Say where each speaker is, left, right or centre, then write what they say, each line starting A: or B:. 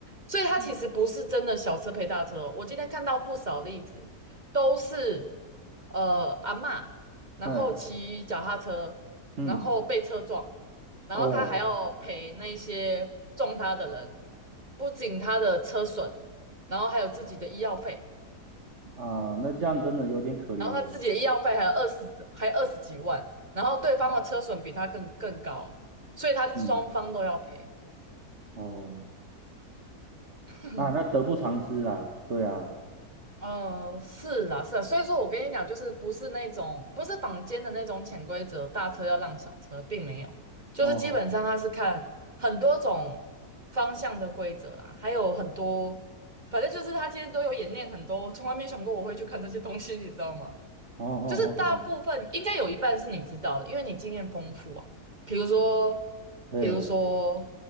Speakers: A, on the right (about 30°); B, on the right (about 45°).
A: 所以他其实不是真的小车赔大车哦我今天看到不少例子，
B: 嗯，
A: 都是呃阿嬷，然后骑脚踏车，
B: 哎，嗯，
A: 然后被车撞，然后他还要赔那些撞他的人，
B: 哦
A: 不仅他的车损，然后还有自己的医药费，
B: 啊，那这样真的有点可怜了。
A: 然后他自己的医药费还有二十还有二十几万，然后对方的车损比他更更高，
B: 嗯，
A: 所以他是双方都要赔。
B: 嗯哦，
A: <laughs>
B: 那那得不偿失啦，对啊。
A: 嗯，是啦，是啦，所以说我跟你讲，就是不是那种不是坊间的那种潜规则，大车要让小车，并没有，就是基本上他是看很多种方向的规则啦，
B: 哦。
A: 还有很多，反正就是他今天都有演练很多，我从来没想过我会去看这些东西，你知道吗？
B: 哦哦哦，
A: 就是大部分应该有一半是你知道的，因为你经验丰富啊，比如说，
B: 嘿，
A: 比如说